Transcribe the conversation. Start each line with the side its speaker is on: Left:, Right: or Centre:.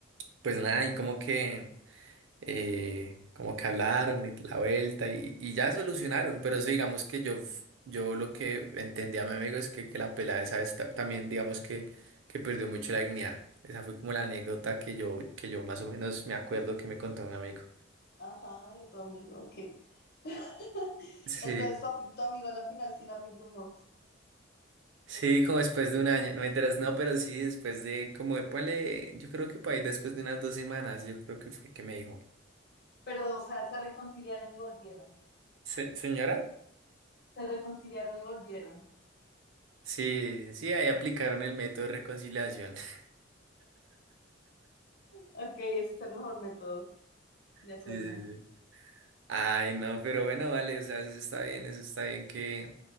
Right: pues nada, y como que eh, como que hablaron y la vuelta y, y ya solucionaron, pero eso digamos que yo, f- yo lo que entendí a mi amigo es que, que la pelada esa vez ta- también digamos que, que perdió mucho la dignidad. Esa fue como la anécdota que yo, que yo más o menos me acuerdo que me contó un amigo.
Left: Ajá, de tu amigo, ok. <laughs>
Right: Sí,
Left: Entonces tu, tu amigo a la final sí la perdonó.
Right: sí, como después de un año, no me enteras, no, pero sí, después de, como, de, ponle, yo creo que por ahí después de unas dos semanas, yo creo que fue que me dijo.
Left: Pero, o sea, se reconciliaron y volvieron.
Right: "Se- señora?
Left: Se reconciliaron y volvieron.
Right: Sí, sí, ahí aplicaron el método de reconciliación. <laughs>
Left: Ok, ese es el mejor método, de acuerdo.
Right: Sí, sí, Ay, no, pero bueno, vale, o sea, eso está bien, eso está bien que,